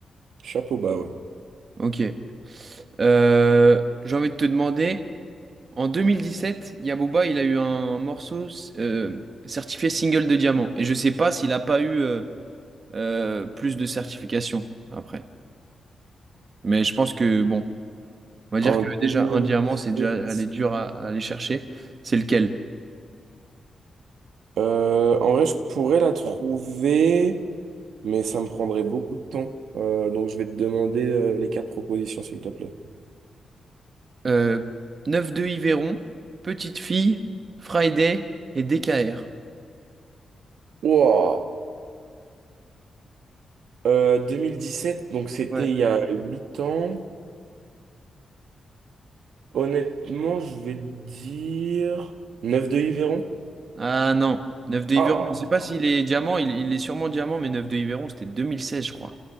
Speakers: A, on the right; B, on the right.
A: Chapeau bas, ouais.
B: Ok. Euh, j'ai envie de te demander, en 2017, Yaboba il a eu un morceau euh, certifié single de diamant. Et je sais pas s'il a pas eu... euh, euh, plus de certifications après. Mais je pense que, bon, on va
A: En
B: dire que
A: 2017.
B: déjà un diamant, c'est déjà aller dur à, à aller chercher. C'est lequel?
A: Euh, en vrai, je pourrais la trouver, mais ça me prendrait beaucoup de temps. Euh, donc, je vais te demander euh, les quatre propositions, s'il te plaît.
B: Euh, 9-2 Yveron, Petite Fille, Friday et DKR.
A: Wow. Euh, 2017, donc c'était
B: Ouais.
A: il y a 8 ans. Honnêtement, je vais te dire 9 de Yveron.
B: Ah non, neuf 2
A: Ah,
B: Yveron, je ne sais pas s'il est diamant, il, il est sûrement diamant, mais neuf 2 Yveron, c'était 2016, je crois.